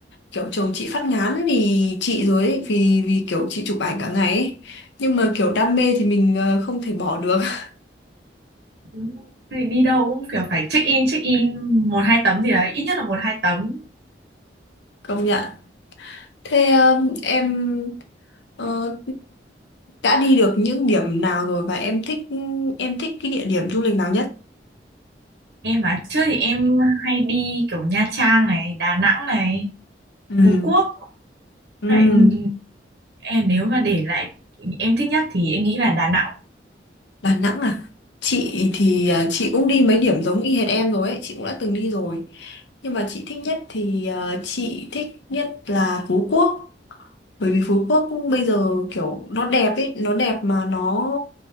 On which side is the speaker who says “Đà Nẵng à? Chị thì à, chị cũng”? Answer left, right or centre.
Left